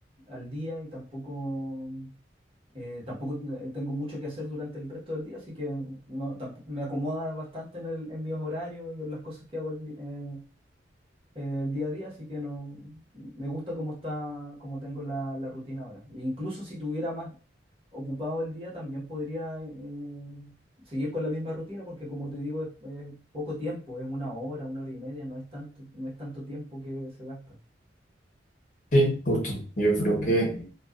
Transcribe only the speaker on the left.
Sí, justo. Yo creo que